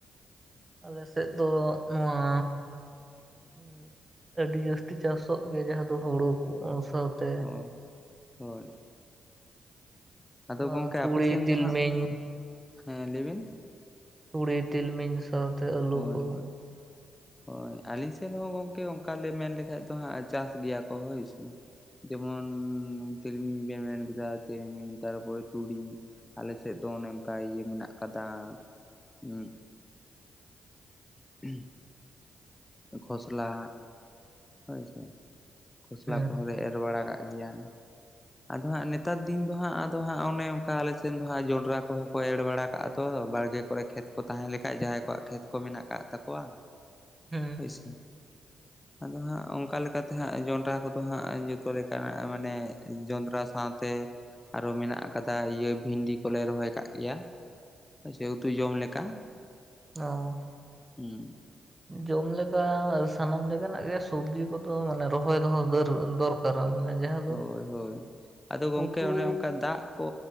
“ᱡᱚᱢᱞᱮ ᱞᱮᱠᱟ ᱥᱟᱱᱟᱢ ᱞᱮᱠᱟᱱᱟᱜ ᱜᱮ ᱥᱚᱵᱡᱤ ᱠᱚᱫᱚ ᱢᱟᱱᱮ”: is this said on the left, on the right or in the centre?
Right